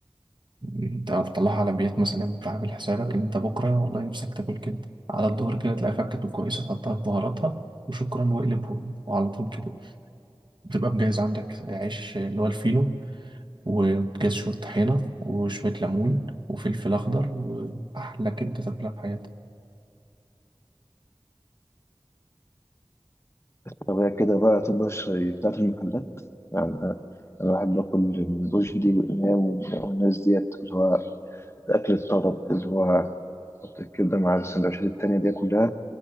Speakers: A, on the right; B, on the left.
A: انت لو بتطلعها على بيات مثلا انت عامل حسابك ان انت بكرة والله نفسك تاكل كده على الظهر كده تلاقي فكة كويسة تحطها في بهاراتها وشكرا واقلب وعلى طول كده بتبقى مجهز عندك عيش اللي هو الفينو وبتجهز شوية طحينة وشوية ليمون وفلفل أخضر وأحلى كبدة تاكلها في حياتك
B: طب هي كده بقى تبقى الشاي بتاعت المحلات يعني انا أنا بحب اكل من رشدي وامام والناس ديت اللي هو الاكل الطلب اللي هو حط الكبده مع السندوتشات التانيه دي كلها